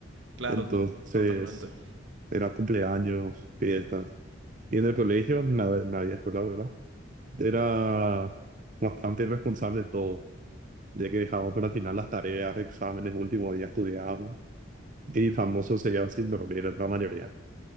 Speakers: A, on the right (about 65°); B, on the right (about 40°).
A: Claro,
B: Entonces,
A: to- totalmente.
B: era cumpleaños, fiestas. Y en el colegio, nadie, nadie escuela, ¿verdad? Era bastante irresponsable de todo, ya que dejábamos para el final las tareas, exámenes, último día estudiábamos. Y famosos se quedaban sin dormir, la mayoría.